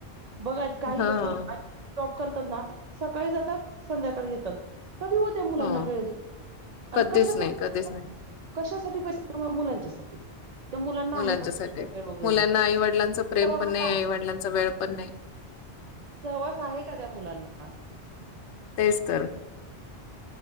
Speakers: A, on the right; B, on the left.
A: बघा काही
B: हां,
A: लोक. जॉब करतात ना सकाळी जातात. संध्याकाळी येतात कधी. त्या मुलांना
B: हो,
A: वेळ दे, आणि
B: कधीच
A: कशासाठी.
B: नाही, कधीच नाही.
A: कशासाठी पैसे मुलांच्यासाठी. त्या मुलांना
B: मुलांच्या
A: आहे का
B: साठी
A: वेळ वगैरे
B: मुलांना आईवडिलांचा प्रेम
A: सहवास
B: पण नाही आईवडिलांचा वेळ पण नाही.
A: सहवास आहे का त्या मुलांना.
B: तेच तर.